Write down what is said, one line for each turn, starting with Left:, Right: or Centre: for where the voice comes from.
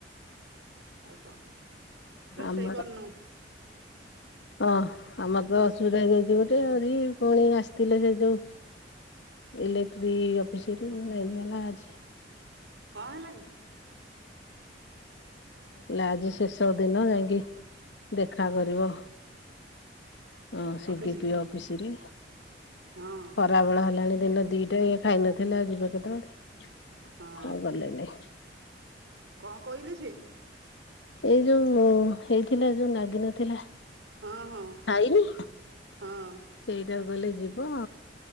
Right: ଆଉ କଣ ରୋଷେଇ
Left: ଆମର
Right: କରିନୁ
Left: ହଁ। ଆମର ତ ଅସୁବିଧା ହେଇଯାଇଛି ଗୋଟେ ରି ଆ ପୁଣି ଆସିଥିଲେ ସେ ଯୋଉ ଇଲେଟ୍ରି ଅଫିସରୁ ଲାଇନ୍ ବାଲା ଆଜି।
Right: କଣ ହେଲା କି?
Left: ଲୋ ଆଜି ଶେଷ ଦିନ ଯାଇଁକି ଦେଖା କରିବ। ହ ସିଡି
Right: ଅଫିସି?
Left: ପି ଅଫିସ ରେ
Right: ହଁ
Left: ଖରାବେଳା ହେଲାଣି ଦିନ ଦିଟା ଇଏ ଖାଇନା ଥିଲେ ଆଉ ଯିବେ କେତବେଳେ
Right: ହଁ
Left: ଆଉ ଗଲେନେଇ।
Right: କଣ କହିଲେ ସେ
Left: ଏଇ ଯୋଉ ହେଇଥିଲା ଯୋଉ ନାଗିନଥିଲା।
Right: ହଁ ହଁ
Left: ଖାଇନି
Right: ହଁ।
Left: ସେଇଟାକୁ କହିଲେ ଯିବ